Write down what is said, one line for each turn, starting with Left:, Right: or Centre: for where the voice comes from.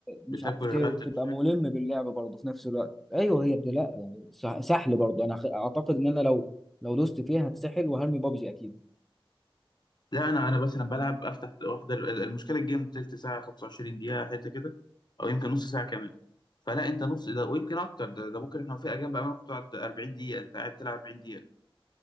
Centre: مش
Left: بتاكل
Centre: عارف
Left: الوقت
Centre: ت-
Left: بشكل
Centre: تبقى ملم باللعبه برضه في نفس الوقت ايوه هي بدي لا يعني سح- سحل برضه انا خ- اعتقد ان انا لو لو دوست فيها هتسحل وهرمي بابجي اكيد
Left: لا انا انا مثلا بلعب افتح واحده المشكله الجيم تلت ساعه 25 دقيقه حته كده او يمكن نص ساعه كمان فلا انت نص ده ويمكن اكتر ده, ده ممكن احنا في اجيال بقى ممكن تقعد 40 دقيقه انت قاعد تلعب 40 دقيقه